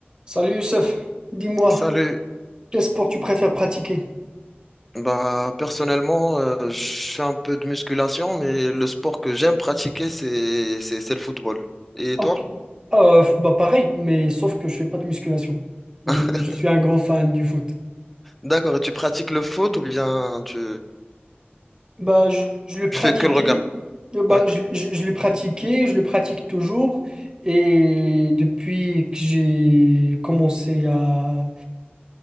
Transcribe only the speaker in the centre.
Salut.
Bah, personnellement, euh, je fais un peu de musculation, mais le sport que j'aime pratiquer, c'est, c'est, c'est le football. Et
toi?
<laughs>
D'accord, et tu pratiques le foot ou bien tu,
tu fais que le regard?
Oui.